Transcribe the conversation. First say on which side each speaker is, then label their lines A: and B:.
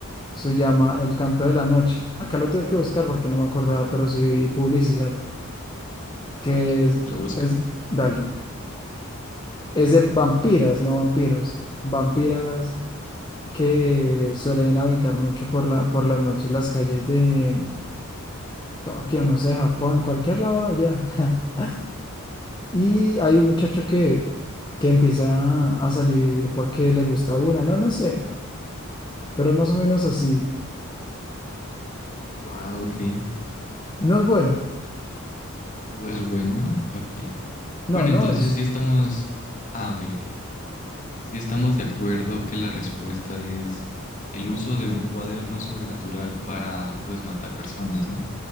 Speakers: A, on the left; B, on the left.
A: Se llama El Canto de la Noche. Acá lo tuve que buscar porque no me acordaba, pero sí vi publicidad, que
B: A ver,
A: es,
B: ¿lo busco?
A: es, dale. Es de vampiras, no vampiros. Vampiras que suelen habitar mucho por la, por las noches las calles de Tokio, no sé, Japón, cualquier lado de allá. <laughs> Y hay un muchacho que, que empieza a salir porque le gusta una, no, no sé, pero es más o menos así.
B: Wow, ok.
A: No es bueno,
B: No es buena, ok.
A: no,
B: Bueno,
A: no
B: entonces
A: es.
B: sí estamos... Ah, ok, ok. Si estamos de acuerdo que la respuesta es el uso de un cuaderno sobrenatural para, pues, matar personas, ¿no?